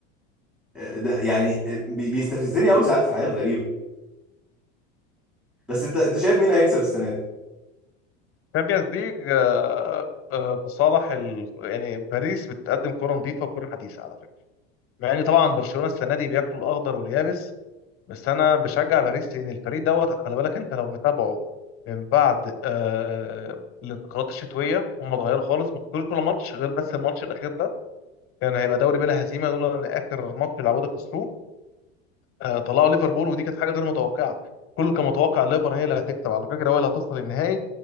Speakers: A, in the centre; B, on the left.
A: آه، ده يعني آه، بي- بيستفزني قوي ساعات في حاجات غريبه بس انت انت شايف مين هيكسب السنه دي
B: تشامبيونز ليج آه، آه، في صالح ال... يعني باريس بتقدم كرة نظيفة وكرة حديثة على فكرة مع ان طبعا برشلونة السنة دي بياكلوا الأخضر واليابس بس أنا بشجع باريس لأن الفريق دوت خلي بالك أنت لو متابعه من بعد آه الانتقالات الشتوية هم اتغيروا خالص ما خسروش ولا ماتش غير بس الماتش الأخير ده كان يعني هيبقى دوري بلا هزيمة لولا إن آخر ماتش لعبوه ده خسروه آه، طلعوا ليفربول ودي كانت حاجه غير متوقعه كله كان متوقع الليفر هي اللي هتكسب على فكره هو اللي هتوصل للنهائي